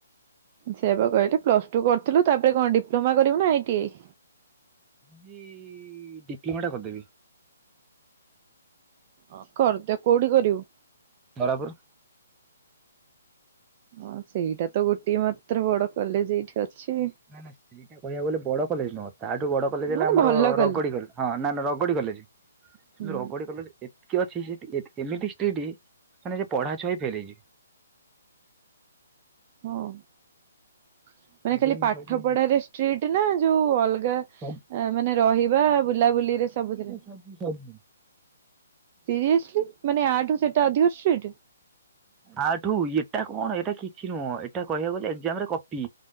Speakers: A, on the right (about 35°); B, on the right (about 15°).
A: ସେ ବା କହିଲି ପ୍ଲସ ଟୁ କରୁଥୁଲୁ ତାପରେ କଣ ଡିପ୍ଲୋମା କରିବୁ ନା ଆଇଟି ଆଇ?
B: ଚି ଡିଟିମାଟା କରିଦେବି।
A: ହଁ କରିଦେ। କୋଉଠି କରିବୁ?
B: ତରାପୁର
A: ହଁ ସେଇଟା ତ ଗୋଟଏ ମାତ୍ର ବଡ କଲେଜ୍ ଏଇଠି ଅଛି।
B: ନାଇଁ ନାଇଁ ସେଇଟା କହିବାକୁ ଗଲେ ବଡ କଲେଜ୍ ନୁହଁ। ତା ଠୁ ବଡ କଲେଜ୍ ହେଲା
A: ମାନେ
B: ଆମର
A: ଭଲ କଲେ
B: ରଗଡି କଲେଜ। ହଁ ନା ନା ରଗଡି କଲେଜ୍
A: ହୁଁ
B: କିନ୍ତୁ ରଗଡି କଲେଜ୍ ଏତିକି ଅଛି ସେ ଏମିତି ସ୍ତ୍ରୀଟି ମାନେ ସେ ପଢା ଛୁଆ ବା ଫେଲ୍ ହେଇଯିବେ।
A: ହଁ ମାନେ
B: ସେଇଥିପାଇଁ
A: ଖାଲି
B: ମୁଁ
A: ପାଠ
B: କହିଲି
A: ପଢାରେ ଷ୍ଟ୍ରିଟ୍ ନା ଯୋଉ ଅଲଗା
B: ସବୁ
A: ଆ ମାନେ ରହିବା ବୁଲାବୁଲିରେ ସବୁଥିରେ।
B: ସବଜି ସବଜି <inaudible>
A: ସିରିଏସ୍ ଲି ମାନେ ଆଠୁ ସେଟା ଅଧିକ ଷ୍ଟ୍ରିଟ୍?
B: ଆଠୁ ଏଟା କଣ ଏଟା କିଛି ନୁହଁ ଏଟା କହିବାକୁ ଗଲେ ଏକଜାମ୍ ରେ କପି।